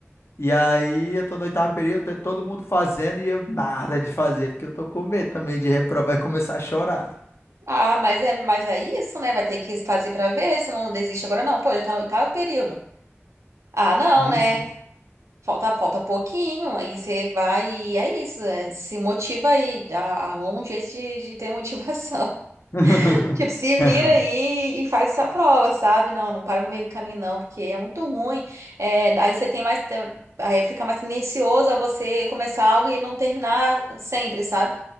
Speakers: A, on the left; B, on the right.
A: E aí eu tô no oitavo período, todo mundo fazendo e eu nada de fazer, porque eu tô com medo também de reprovar e começar a chorar.
B: Ah, mas é, mas é isso, né? Vai ter que fazer pra ver, se não desiste agora, não. Pô, já tá no oitavo período. Ah, não,
A: Sim,
B: né?
A: sim.
B: Falta, falta pouquinho, aí você vai e é isso, é, se motiva aí, a- arruma um jeito de, de ter motivação.
A: <laughs>
B: <laughs> Tipo, se vira aí e faz essa prova, sabe? Não, não para no meio do caminho não, porque é muito ruim. É, aí você tem mais, te- aí fica mais tendencioso a você começar algo e não terminar sempre, sabe?